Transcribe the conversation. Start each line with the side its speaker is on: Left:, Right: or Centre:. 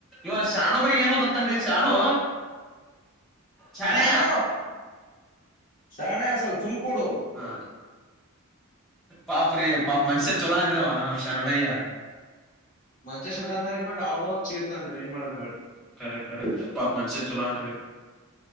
Centre: ಇವ ಶಾಣು ಬೈ ಏನೋದ್ರುತಂನ್ಲೆ ಶಾಣು. ಶಾಣಯ್ಯ
Left: ಶಾಣು ಶರಣ ಸ್ವಲ್ಪ್ ಸುಮ್ಕೂಡು.
Centre: ಹಾ ಪಾಪ ರೀ ಪಾಪ ಮನುಷ್ಯ ಚೊಲೋ ಅಂದ್ರವ ಶರಣಯ್ಯ.
Left: ಮಂಷ್ಯ ಚಲೋ ಅದನಾರೀ ಬಟ್ ಅವ್ಗವಾಗ ಚೀರ್ತನ್ರಿ ಏನ್ ಮಾಡನ್ರಿ.
Centre: ಕರೆಕ್ಟ್ ಕರೆಕ್ಟ್ ಪಾಪ್ ಮಂಷ್ಯ ಚಲೋ ಅನ್ರಿ.